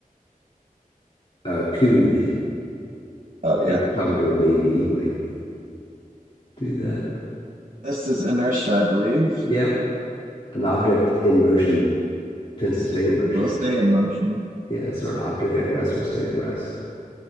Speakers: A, on the left; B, on the right.
A: Uh, cood.
B: Oh yeah.
A: Like if you're talking to a baby, you might do that.
B: This is inertia, I believe.
A: Yep, an object in motion tends
B: St
A: to stay in motion.
B: will stay in motion.
A: Yeah, so an object at rest will stay at rest.